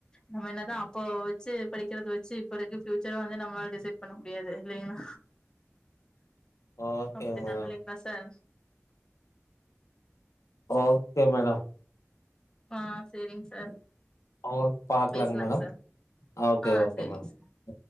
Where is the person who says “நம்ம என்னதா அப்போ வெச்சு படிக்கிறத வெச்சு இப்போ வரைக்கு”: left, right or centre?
Left